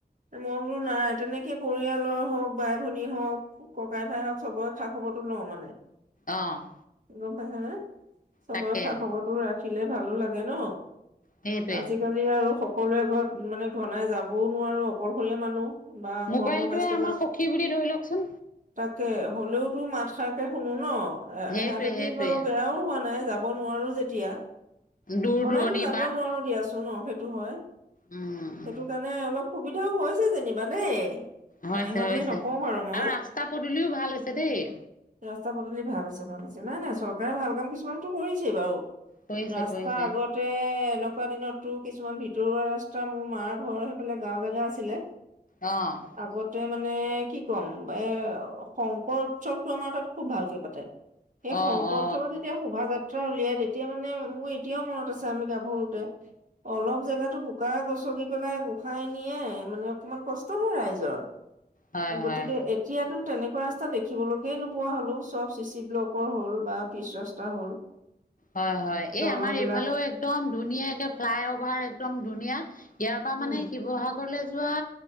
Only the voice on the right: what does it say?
মই বোলো নাই তেনেকে পৰিয়ালৰ হওক, বাই-ভনী হওক, ককাই-ভাই হওক চবৰে খা-খবৰটো ল ন মানে
গম পাইছা নে, চবৰে
খা-খবৰটো ৰাখিলে ভালো লাগে ন।
আজিকালি আৰু সকলোৱে ঘৰত, মানে ঘনাই যাবও নোৱাৰো অকলশৰীয়া মানুহ। বা
কৰ্ম ব্যস্ততাত,
তাক তাকে হ'লেও তো মাত খাৰকে শুনো ন,
এহতেদি
বাৰু বেয়াও হোৱা নাই। যাব নোৱাৰো যেতিয়া।
ঘনায়তো
যাব
নোৱাৰো দিয়াচো ন সেইটো হয়,
সেইটো কাৰণে অলপ সুবিধাও হৈছে যেনিবা দেই।
নাই হোৱা বুলি
নকওঁ বাৰু মই
ৰাস্তা পদূলি ভাল হৈছে ভাল হৈছে, নাই নাই চৰকাৰে ভাল কাম কিছুমানটো কৰিছেই বাৰু।
ৰাস্তা
আগতে এনেকু এনেকুৱা দিনতো কিছুমান ভিতৰুৱা ৰাস্তা মোৰ মাৰ ঘৰৰ সেইফালে গাঁও জেগা আছিলে
আগতে মানে কি কম, এ শংকৰ উৎসৱটো আমাৰ তাত খুব ভালকে পাতে। সেই
শংকৰ
উৎসৱত যেতিয়া শোভাযা ত্ৰা উলিয়াই তেতিয়া মানে, মোৰ এতিয়াও মনত আছে আমি গাভৰুতে অলপ জেগাতো বোকা গছকি পেলাই ঠাই নিয়ে মানে অকমান কষ্ট হয় ৰাইজৰ।
গতিকে
এতিয়াতো তেনেকুৱা ৰাস্তা দেখিবলৈকে নোপোৱা হ'লো চব চি চি ব্লকৰ হ'ল বা পিচ ৰাস্তা হ'ল।
দলং
বিলাক
উম